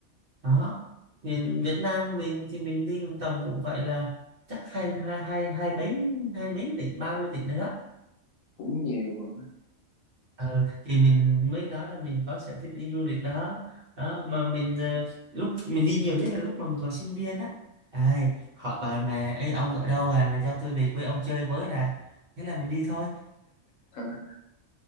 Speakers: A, on the right; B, on the left.
A: đó miền Việt Nam mình thì mình đi tầm cũng phải là chắc hai hai hai hai mấy hai mấy tỉnh ba mươi tỉnh nữa đó
B: cũng nhiều
A: Ờ, thì mình mới nói là mình có sở thích đi du lịch đó đó mà mình ờ, lúc mình đi nhiều nhất là lúc mà mình còn sinh viên á Ai, hỏi bạn bè Ê, ông ở đâu à là cho tôi về quê ông chơi với là thế là mình đi thôi
B: <laughs>